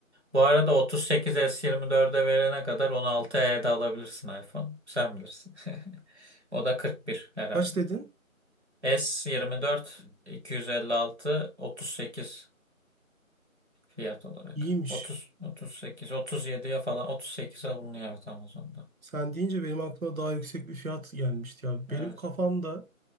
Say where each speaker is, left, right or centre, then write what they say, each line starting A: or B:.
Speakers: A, on the right (about 50°); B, on the right (about 75°).
A: Bu arada 38 S24'e verene kadar 16e'de alabilirsin iPhone. Sen bilirsin. <laughs> O da 41 herhalde.
B: Kaç dedin?
A: S24 256 38 fiyat olarak.
B: İyiymiş.
A: 30 38 37'ye falan 38'e bulunuyor evet Amazon'da.
B: Sen deyince benim aklıma daha yüksek bir fiyat gelmişti ya.
A: Evet.
B: Benim kafamda